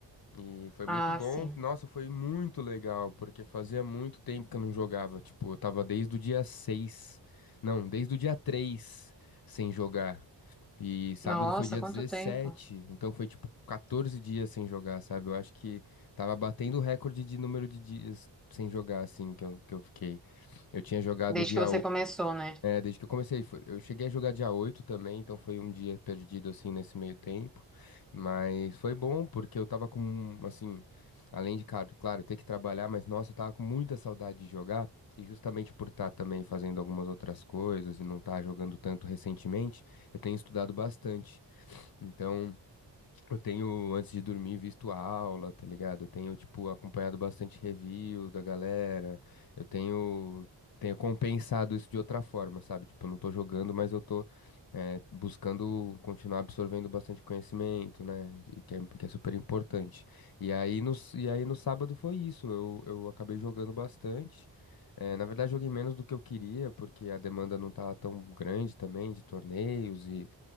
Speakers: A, on the left (about 50°); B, in the centre.
A: E foi muito
B: Ah,
A: bom.
B: sim.
A: Nossa, foi muito legal, porque fazia muito tempo que eu não jogava. Tipo, eu tava desde o dia seis Não, desde o dia 3 sem jogar. E sábado
B: Nossa,
A: foi dia
B: quanto
A: dezessete
B: tempo.
A: então foi tipo 14 dias sem jogar, sabe? Eu acho que tava batendo o recorde de número de dias sem jogar, assim, que eu, que eu fiquei. Eu tinha jogado
B: Desde
A: dia,
B: que você começou, né?
A: é, desde que eu comecei, foi- eu cheguei a jogar dia 8 também, então foi um dia perdido assim nesse meio tempo, mas foi bom porque eu tava com, assim, além de, claro, claro, ter que trabalhar, mas nossa, eu tava com muita saudade de jogar e justamente por estar também fazendo algumas outras coisas e não estar jogando tanto recentemente, eu tenho estudado bastante. Então, eu tenho, antes de dormir, visto a aula, tá ligado? Eu tenho, tipo, acompanhado bastante review da galera. Eu tenho, tenho compensado isso de outra forma, sabe? Tipo, eu não tô jogando, mas eu tô, eh, buscando continuar absorvendo bastante conhecimento, né? E Que é, que é super importante. E aí, no, s- e aí no sábado foi isso. Eu, eu acabei jogando bastante. Eh, na verdade, joguei menos do que eu queria, porque a demanda não tava tão grande também de torneios e.